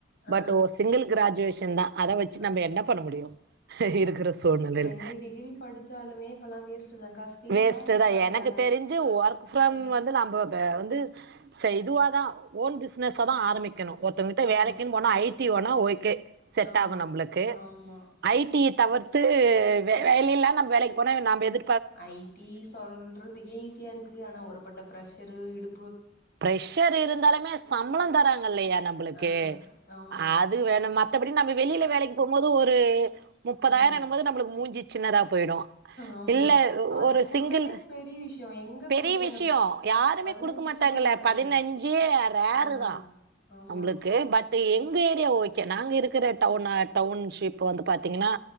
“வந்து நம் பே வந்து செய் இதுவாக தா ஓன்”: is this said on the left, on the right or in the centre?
Right